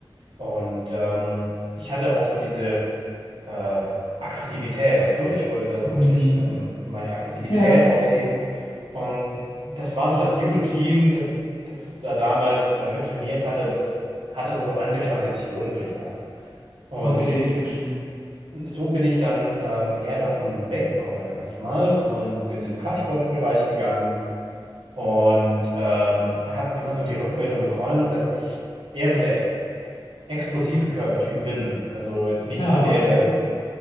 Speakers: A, on the right (about 75°); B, on the left (about 85°).
A: Und ähm, ich hatte auch so diese äh, Aggressivität, weißt du? Ich wollte da so
B: Mhm.
A: richtig ähm, meine Aggressivität
B: ja,
A: ausleben. Und das war so das Judo-Team, das, das da damals äh, mittrainiert hatte, das hatte so andere Ambitionen, würde ich sagen. Und
B: okay, ich verstehe.
A: so bin ich dann ähm, eher davon weggekommen erstmal und bin in den Kraftsportbereich gegangen und ähm, habe immer so die Rückmeldung bekommen, dass ich eher so der explosive Körpertyp bin. Also jetzt nicht
B: Ja,
A: so der,
B: okay,
A: der